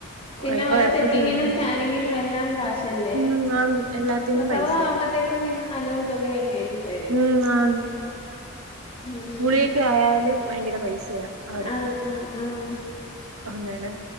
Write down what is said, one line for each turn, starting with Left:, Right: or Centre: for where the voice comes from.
Left: പിന്നെ
Right: എപ്പ
Left: ഓരോ
Right: എപ്പ
Left: ചെക്കിങ്ങിനും
Right: ചെല്ലാൻ
Left: സ്കാനിങ്ങിനും എല്ലാം കാശല്ലേ?
Right: ഉം ആന്ന് എല്ലാത്തിനും
Left: പ്രസവ
Right: പൈസയാ
Left: ആവുമ്പോത്തേക്കും പിന്നെ നല്ലൊരു തുക അങ്ങ് എഴ്തി തരും
Right: ഉം ആന്ന്
Left: ഉം
Right: ഗുളികക്ക് ആയാലും ഭയങ്കര പൈസയാ അവിടെ
Left: ആഹ് ആഹ് ആഹ്
Right: അങ്ങനെ